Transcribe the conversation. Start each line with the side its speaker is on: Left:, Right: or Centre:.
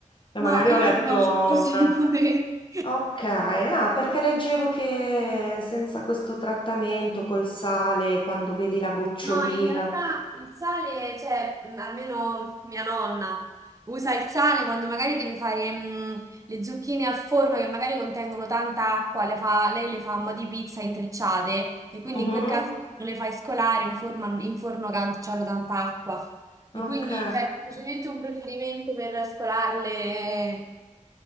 Left: E
Right: no,
Left: magari
Right: io
Left: ho letto
Right: le cuocio
Left: una...
Right: così <laughs> come...
Left: Ok, ah, perché leggevo che senza questo trattamento col sale, quando vedi la gocciolina...
Right: No, in realtà il sale, cioè, mh, almeno mia nonna usa il sale quando magari deve fare mh, le zucchine al forno che magari contengono tanta acqua, le fa- lei le fa a mo' di pizza intrecciate e quindi
Left: Mhm,
Right: in quel caso non le fai scolare in, forma- in forno che c'hanno tanta acqua. E
Left: Ok,
Right: quindi c'è semplicemente un procedimento per scolarle, eh,